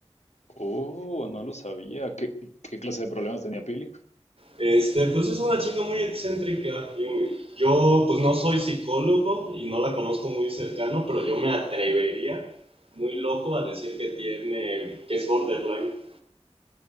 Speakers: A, on the left (about 90°); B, on the right (about 60°).
A: Oh, no lo sabía. ¿Qué, qué clase de problemas tenía Pili?
B: Este, pues es una chica muy excéntrica. Yo, yo, pues no soy psicólogo y no la conozco muy cercano, pero yo me atrevería muy loco a decir que tiene, que es borderline.